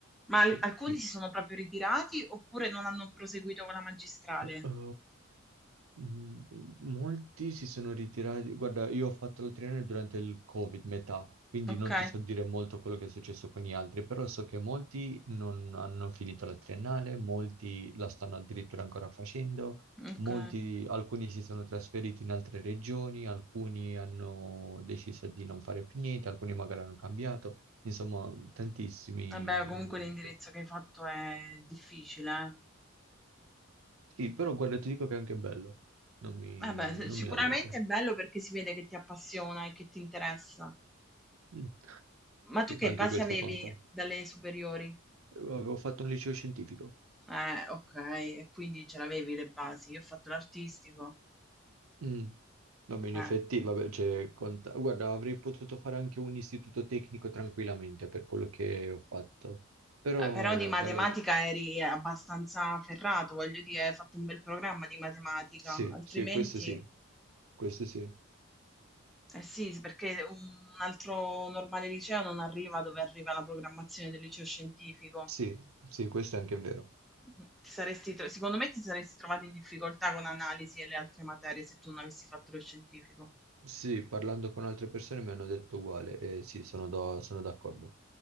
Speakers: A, in the centre; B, on the right.
A: Ma al-
B: sì,
A: alcuni
B: qui.
A: si sono proprio ritirati oppure non hanno proseguito con la magistrale?
B: Eh, mh, molti si sono ritirati. Guarda, io ho fatto la triennale durante il Covid, metà, quindi
A: Ok,
B: non ti so dire molto quello che è successo con gli altri, però so che molti non hanno finito la triennale, molti la stanno addirittura ancora facendo,
A: ok.
B: molti, alcuni si sono trasferiti in altre regioni, alcuni hanno deciso di non fare più niente, alcuni magari hanno cambiato, insomma, tantissimi.
A: Vabbè, comunque l'indirizzo che hai fatto è difficile, eh.
B: Sì, però guarda, ti dico che è anche bello, non mi,
A: Vabbè, s-
B: non
A: sicuramente
B: mi lamenta.
A: è bello perché si vede che ti appassiona e che ti interessa.
B: Mm.
A: Ma tu
B: Sì,
A: che
B: anche
A: basi
B: questo
A: avevi
B: conta.
A: dalle superiori?
B: Eh, Avevo fatto un liceo scientifico.
A: Eh, ok, e quindi ce l'avevi le basi. Io ho fatto l'artistico.
B: Mm. Vabbè, in
A: Eh.
B: effetti, vabbè, cioè, conta. Guarda, avrei potuto fare anche un istituto tecnico tranquillamente per quello che ho fatto. Però
A: Eh, però di matematica
B: dall'altro...
A: eri abbastanza ferrato, voglio dire, hai fatto un bel programma di matematica,
B: Sì,
A: altrimenti,
B: sì, questo sì,
A: eh,
B: questo sì.
A: eh sì, sì, perché un altro normale liceo non arriva dove arriva la programmazione del liceo scientifico.
B: Sì, sì, questo è anche vero.
A: Mm-hmm. Ti saresti tro- secondo me ti saresti trovato in difficoltà con analisi e le altre materie se tu non avessi fatto lo scientifico.
B: Sì, parlando con altre persone mi hanno detto uguale e sì, sono do- sono d'accordo.